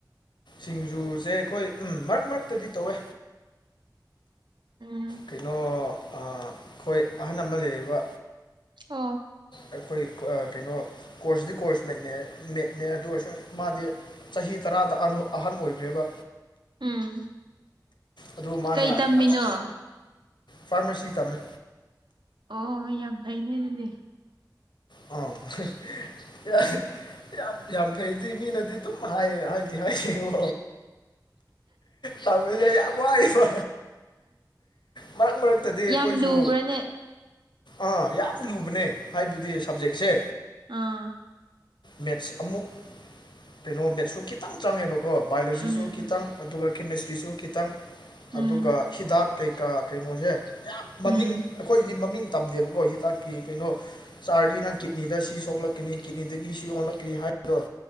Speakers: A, on the left; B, on the right.
A: ꯁꯤꯡꯖꯨꯁꯦ ꯑꯩꯈꯣꯏ ꯎꯝ ꯃꯔꯛ ꯃꯔꯛꯇꯗꯤ ꯇꯧꯋꯦ
B: ꯎꯝ
A: ꯀꯩꯅꯣ ꯑꯥ ꯑꯩꯈꯣꯏ ꯑꯍꯜ ꯑꯃ ꯂꯩꯌꯦꯕ
B: ꯑꯣ
A: ꯑꯩꯈꯣꯏ ꯀ꯭ꯋꯥ ꯑ ꯀꯩꯅꯣ ꯀꯣꯔꯁꯗꯤ ꯀꯣꯔꯁ ꯃꯦꯠꯅꯦ ꯃꯦꯠꯅꯦ ꯑꯗꯨ ꯑꯣꯏꯔꯁꯨ ꯃꯥꯗꯤ ꯆꯍꯤ ꯇꯔꯥꯗ ꯑꯅꯣ ꯑꯍꯟ ꯑꯣꯏꯈ꯭ꯔꯦꯕ
B: ꯎꯝ
A: ꯑꯗꯨ ꯃꯥꯅ
B: ꯀꯩ ꯇꯝꯃꯤꯅꯣ
A: ꯑꯗꯨꯝ ꯐꯥꯔꯃꯥꯁꯤ ꯇꯝꯃꯦ
B: ꯑꯣ ꯌꯥꯝ ꯐꯩꯅꯦ ꯑꯗꯨꯗꯤ
A: ꯑꯣ ꯑꯍ ꯌꯥꯝ ꯌꯥꯝ ꯐꯩꯗꯤ ꯃꯤꯅꯗꯤ ꯑꯗꯨꯝ ꯍꯥꯏꯌꯦ ꯍꯥꯏꯗꯤ ꯍꯥꯏꯁꯤꯃꯦ ꯇꯝꯃꯤꯖꯦ ꯌꯥꯝ ꯋꯥꯏꯌꯦꯕ ꯃꯔꯛ ꯃꯔꯛꯇꯗꯤ ꯑꯩꯈꯣꯏꯁꯨ
B: ꯌꯥꯝ ꯂꯨꯕ꯭ꯔꯥꯅꯦ
A: ꯑꯥ ꯌꯥꯝ ꯂꯨꯕꯅꯦ ꯍꯥꯏꯕꯗꯤ ꯁꯕꯖꯦꯛꯁꯦ
B: ꯑꯥ
A: ꯃꯦꯠꯁ ꯑꯃꯨꯛ ꯀꯩꯅꯣ ꯃꯦꯠꯁꯁꯨ ꯈꯤꯇꯪ ꯆꯪꯉꯦꯕ ꯀꯣ ꯕꯥꯏꯑꯣꯂꯣꯖꯤꯁꯨ
B: ꯎꯝ
A: ꯈꯤꯇꯪ ꯑꯗꯨꯒ ꯀꯦꯃꯦꯁꯇ꯭ꯔꯤꯁꯨ ꯈꯤꯇꯪ
B: ꯎꯝ
A: ꯑꯗꯨꯒ ꯍꯤꯗꯥꯛ ꯀꯩꯀꯥ ꯀꯩꯅꯣꯁꯦ ꯌꯥꯝ ꯃꯃꯤꯡ
B: ꯎꯝ
A: ꯑꯩꯈꯣꯏꯗꯤ ꯃꯃꯤꯡ ꯇꯝꯗꯦꯕꯀꯣ ꯍꯤꯗꯥꯛꯀꯤ ꯀꯩꯅꯣ ꯆꯥꯔꯗꯤ ꯅꯪ ꯀꯤꯠꯅꯤꯗ ꯁꯤ ꯁꯣꯛꯂꯛꯀꯅꯤ ꯀꯤꯠꯅꯤꯗꯒꯤ ꯁꯤ ꯑꯣꯜꯂꯛꯀꯅꯤ ꯍꯥꯏ ꯗ